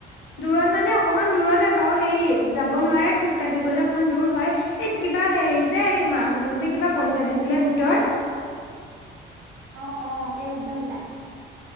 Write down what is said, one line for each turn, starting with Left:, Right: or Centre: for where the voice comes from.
Left: দূৰত মানে অকমান দূৰতে বাৰু। সেই যাব নোৱাৰে খোজকাঢ়ি গলে অকনমান দূৰ হয়। এই কিবা হেৰি যে, এই মাহঁতক
Right: হয়,
Left: যে কিবা পইচা দিছিলে গোটৰ।
Right: অ- অ, এই উদ্যমিতা।